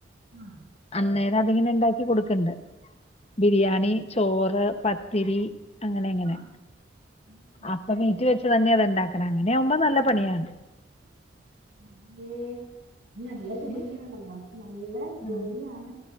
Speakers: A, on the right; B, on the left.
A: ആഹ്
B: അന്നേരം അതിങ്ങനെ ഉണ്ടാക്കി കൊടുക്കണ്ട് ബിരിയാണി ചോറ് പത്തിരി അങ്ങനെ എങ്ങനെ
A: ഉം
B: അപ്പൊ വീറ്റ് വെച്ച് തന്നെ അത് ഉണ്ടാക്കണം അങ്ങനെയാവുമ്പോ നല്ല പണിയാണ്
A: അതെ അത് നല്ല ജോലിയാണല്ലോ
B: ഏ
A: നല്ല ജോലിയാണ്
B: ആഹ്